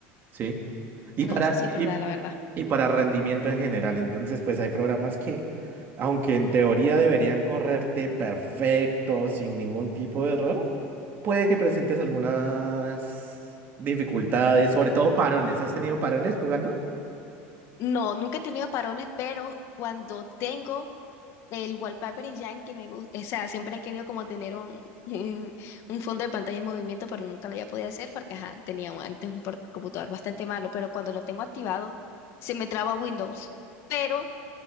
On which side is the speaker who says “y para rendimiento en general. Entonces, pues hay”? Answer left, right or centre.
Right